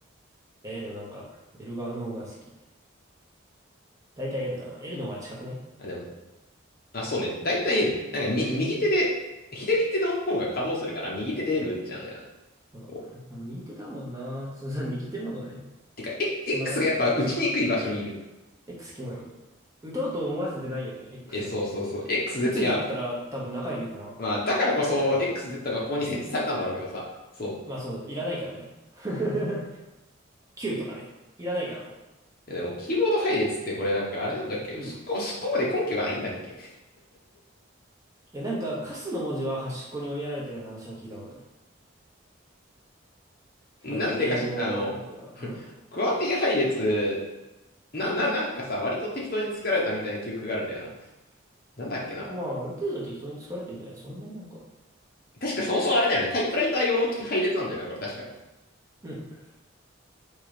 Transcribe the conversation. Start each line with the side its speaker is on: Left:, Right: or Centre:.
Right: えー、でもなんか、L 側の方が好き。だいたい L だな。L の方が近くね。
Left: あ、でも、あ、そうね。だいたい L。なんか、み、右手で、左手の方が稼働するから、右手で L 打っちゃうんだよな。
Right: そう。
Left: こ
Right: 右手だもんな。そうそう、右手の方がね、
Left: うてか、え
Right: 暇だし、
Left: X がやっぱ打ちにくい場所にいる。
Right: 動かしやすいし。X キモいもん。打とうと思わせてないよね、X
Left: え、そうそうそう。
Right: は。
Left: XZ、
Right: 打つんだったら多分中指かな。
Left: いや、まあ、だからこそ、XZ がここに設置されたんだろうけどさ。そう。
Right: まあそう、いらないからね。<laughs> Q とかね。いらないから、女
Left: いや、でも、キーボード配列ってこれなんか、あれなんだっけそこ、
Right: うん。い
Left: そこまで根拠がないんだっけ
Right: や、なんか、カスの文字は端っこに追いやられてる話は聞いたことある。
Left: <laughs> なんでかし、
Right: あの、英語文字は。
Left: あの、<laughs>
Right: うん。
Left: クワーティ配列な、な、なんかさ、割と適当に作られたみたいな記憶があるんだよな。なんだっけな。
Right: でも、まあ、ある程度は適当に作られてんじゃないそんなになんか。
Left: 確かそもそもあれだよね。タイプライター用の配列なんだよな、これ確か。
Right: うん。